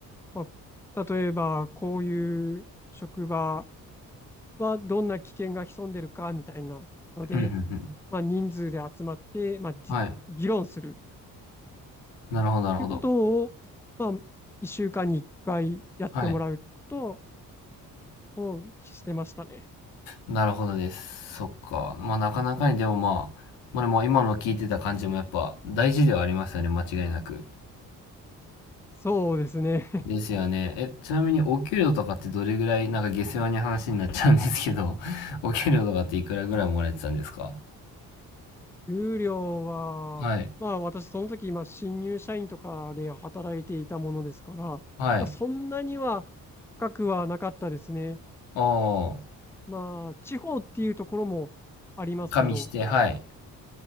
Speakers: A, in the centre; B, on the left.
A: まあ、例えば、こういう職場はどんな危険が潜んでるかみたいなので、
B: ふんふんふん。
A: まあ、人数で集まって、まあ、じ議論する
B: はい。なるほどなるほど。
A: っていうことを、まあ、1週間に1回やってもらうこと
B: はい。
A: をしてましたね。
B: なるほどです。そっか。まあなかなかにでもまあ、まあでも今の聞いてた感じもやっぱ大事ではありますよね、間違いなく。
A: そうですね。<laughs>
B: ですよね。え、ちなみにお給料とかってどれぐらい、なんか下世話に話になっちゃうんですけど、<laughs> お給料とかっていくらぐらいもらえてたんですか
A: 給料は、
B: はい。
A: まあ私その時、まあ新入社員とかで働いていたものですから、まあ、
B: はい。
A: そんなには高くはなかったですね。
B: ああ、
A: まあ地方っていうところもありますけど、
B: 加味して、はい。